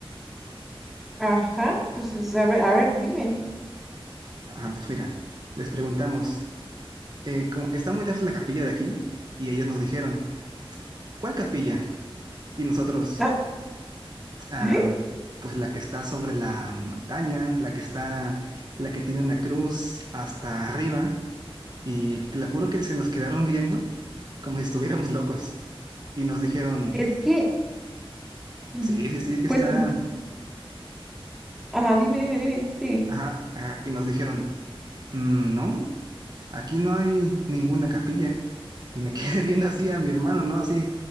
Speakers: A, in the centre; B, on the right.
A: Ajá, pues es- a ver, a ver, dime.
B: Ah, pues mira, les preguntamos, eh, como- está muy lejos la capilla de aquí y ellos nos dijeron, ¿cuál capilla? Y nosotros,
A: Ah,
B: ah,
A: ¿eh?
B: pues la que está sobre la montaña, la que está, la que tiene una cruz hasta arriba y te lo juro que se nos quedaron viendo como si estuviéramos locos y nos dijeron,
A: Es que, mm,
B: sí, sí, sí, que
A: pues,
B: está,
A: mm, ajá, dime, dime, dime, sí,
B: ajá, ajá", y nos dijeron, "Mm, no, aquí no hay ninguna capilla. Y me <laughs> quedé viendo así a mi hermano, ¿no? Así,